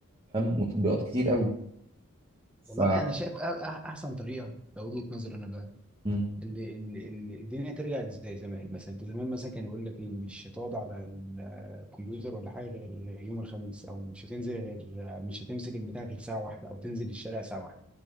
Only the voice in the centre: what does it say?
والله انا شايف أ- أح- احسن طريقة لو وجهة نظري انا بقى
ان ان ان الدنيا ترجع زي زمان مثلا انت زمان مثلا كان يقول لك ايه مش هتقعد على الكمبيوتر ولا حاجه غير يوم الخميس او مش هتنزل غير مش هتمسك البتاع غير ساعه واحده او تنزل الشارع ساعه واحده